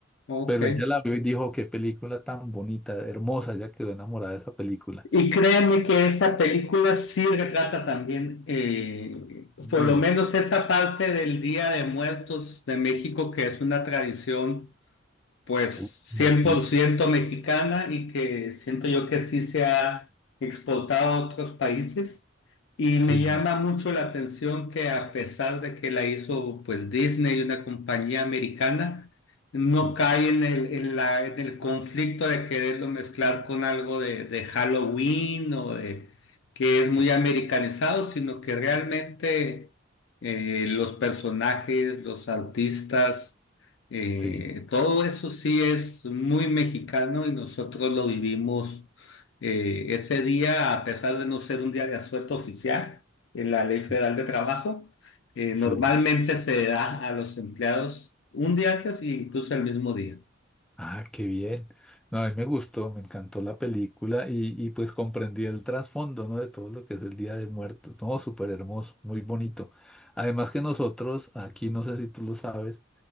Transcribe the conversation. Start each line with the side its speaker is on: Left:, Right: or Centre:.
Left: Ok.
Centre: Pero ella la vio y dijo, qué película tan bonita, hermosa, ella quedó enamorada de esa película.
Left: Y créanme que esa película sí retrata también, eh, por
Centre: Uy,
Left: lo
Centre: her-
Left: menos esa parte del Día de Muertos de México, que es una tradición. pues
Centre: uy, como
Left: cien
Centre: sí,
Left: por ciento mexicana y que siento yo que sí se ha exportado a otros países. Y
Centre: sí,
Left: me llama mucho la atención que a pesar de que la hizo pues Disney, una compañía americana, no
Centre: sí,
Left: cae en el, en la, en el conflicto de quererlo mezclar con algo de, de Halloween o de que es muy
Centre: sí,
Left: americanizado, sino que realmente eh, los personajes, los artistas, eh,
Centre: sí,
Left: todo eso sí es muy mexicano y nosotros lo vivimos eh, ese día, a pesar de no ser un día de asueto oficial en la Ley
Centre: sí,
Left: Federal de Trabajo, eh,
Centre: sí.
Left: normalmente se da a los empleados un día antes e incluso el mismo día.
Centre: Ah, qué bien. No, a mí me gustó, me encantó la película y, y pues comprendí el trasfondo, ¿no? De todo lo que es el Día de Muertos, ¿no? Súper hermoso, muy bonito. Además que nosotros, aquí no sé si tú lo sabes,